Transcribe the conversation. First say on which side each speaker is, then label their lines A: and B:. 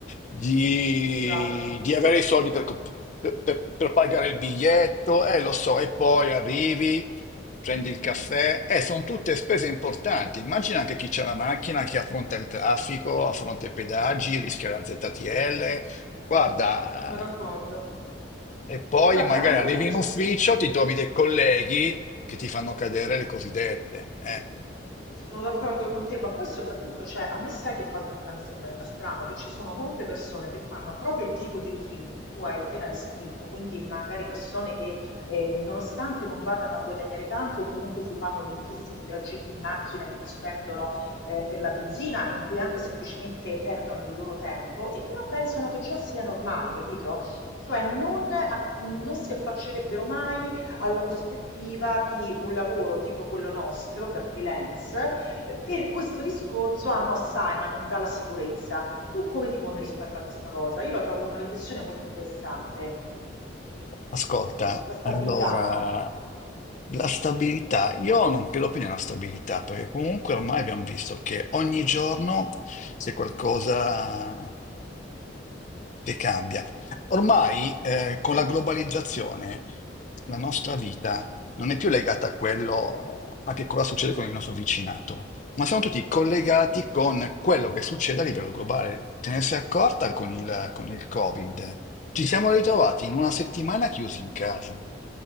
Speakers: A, on the left; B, on the left.
A: di,
B: esatto,
A: di avere i soldi per, comp- per- per- per pagare il biglietto, eh, lo so, e poi arrivi, prendi il caffè, eh, sono tutte spese importanti. Immagina anche chi c'è la macchina, chi affronta il traffico, affronta i pedaggi, rischia la ZTL. Guarda,
B: sono d'accordo.
A: e poi
B: Guarda,
A: magari
B: a me
A: arrivi
B: da questo
A: in ufficio, ti trovi dei colleghi che ti fanno cadere le cosiddette. eh.
B: Eh, Sono d'accordo con te, ma poi soprattutto, cioè, a me sai che cosa mi sembra strano? Che ci sono molte persone che fanno proprio il tipo di routine che tu hai appena descritto, quindi magari persone che eh, nonostante non vadano a guadagnare tanto, comunque si fanno lunghissimi tragitti in macchina in cui spendono eh, per la benzina e in cui anche semplicemente perdono il loro tempo e però pensano che ciò sia normale, capito? Cioè non, a- non si affaccerebbero mai alla prospettiva di un lavoro tipo quello nostro da freelance. Eh, Per questo discorso, ah no, sai, ma non dà la sicurezza. Tu come ti poni rispetto a questa cosa? Io la trovo una riflessione molto interessante.
A: Ascolta,
B: La stabilità,
A: allora,
B: no?
A: la stabilità, io non credo più nella stabilità, perché comunque ormai abbiamo visto che ogni giorno c'è qualcosa che cambia. Ormai, eh, con
B: Mhm,
A: la globalizzazione, la nostra vita non è più legata a quello, eh, a che cosa succede con il nostro vicinato, ma siamo tutti collegati con quello che succede a livello globale. Te ne sei accorta con il, con il Covid? Ci siamo ritrovati in una settimana chiusi in casa.